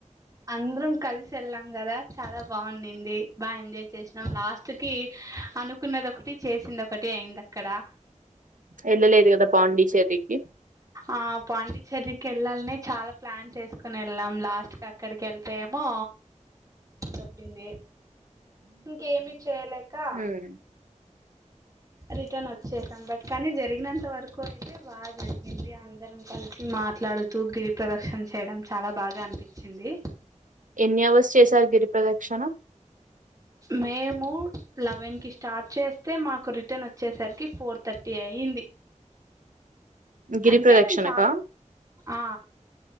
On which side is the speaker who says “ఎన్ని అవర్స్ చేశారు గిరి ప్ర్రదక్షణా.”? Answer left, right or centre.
Right